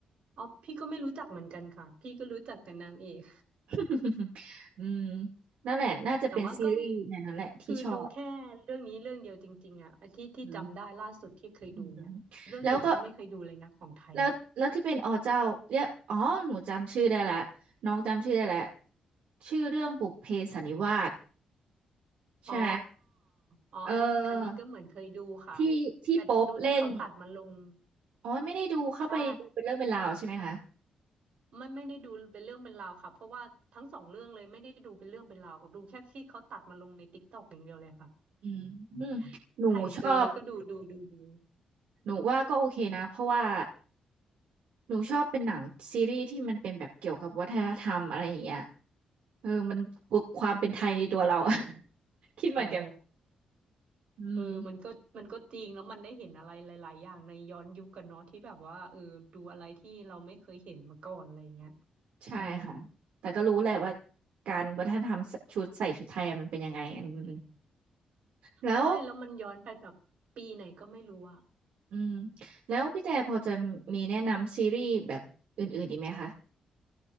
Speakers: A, on the right; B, on the right.
A: อ๋อพี่ก็ไม่รู้จักเหมือนกันค่ะพี่ก็รู้จักแต่นางเอก
B: <laughs> อืมนั่นแหละน่าจะเป็นซีรีส์ในนั้นแหละที่ชอบ
A: <laughs> แต่ว่าก็คือดูแค่เรื่องนี้เรื่องเดียวจริงๆอ่ะไอ้ที่ที่จำได้ล่าสุดที่เคยดูเนี่ยเรื่องอื่นก็ไม่เคยดูเลยนะของไทยอ่ะ
B: อืมอืมแล้วก็แล้วแล้วที่เป็นอ๋อเจ้าเรียกอ๋อหนูจำชื่อได้ละน้องจำชื่อได้ละชื่อเรื่องบุพเพสันนิวาสใช่ไหม
A: อ๋ออ๋ออันนี้อันนี้ก็เหมือนเคยดูค่ะ
B: เออที่ที่โป๊ปเล่น
A: แต่ดูที่เขาตัดมาลง
B: อ๋อไม่ได้ดูเข้าไปดูเป็นเรื่องเป็นราวใช่ไหมคะ
A: ใช่ไม่ไม่ได้ดูเป็นเรื่องเป็นราวค่ะเพราะว่าทั้งสองเรื่องเลยไม่ได้ดูเป็นเรื่องเป็นราวดูแค่ที่เขาตัดมาลงในติ๊กต็อกอย่างเดียวเลยค่ะ
B: อืมอืมหนูชอบ
A: <laughs> ถ่ายเจอแล้วก็ดูดูดูดู
B: หนูว่าก็โอเคนะเพราะว่าหนูชอบเป็นหนังซีรีส์ที่มันเป็นแบบเกี่ยวกับวัฒนธรรมอะไรอย่างเงี้ย เออมันปลุกความเป็นไทยในตัวเราอะ <laughs> คิดเหมือนกัน
A: อ๋อ
B: อืม
A: เออมันก็มันก็จริงแล้วมันได้เห็นอะไรหลายๆอย่างในย้อนยุคกันเนาะที่แบบว่าเออดูอะไรที่เราไม่เคยเห็นมาก่อนอะไรอย่างเงี้ย
B: ใช่ค่ะแต่ก็รู้แหละว่า
A: อืม
B: การวัฒนธรรมชุดใส่ชุดไทยอะมันเป็นยังไงอืมแล้ว
A: ใช่แล้วมันย้อนไปแบบปีไหนก็ไม่รู้อะ
B: อืมแล้วพี่แต่พอจะมีแนะนำซีรีส์แบบอื่นๆอีกไหมคะ